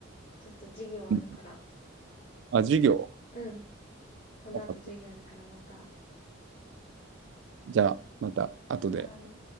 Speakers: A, on the left; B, on the right.
A: ちょっと授業あるから。
B: うんあ、授業。
A: うん、この後授業あるからまた。
B: わかった。
A: は
B: じゃあ、また後で。
A: ーい。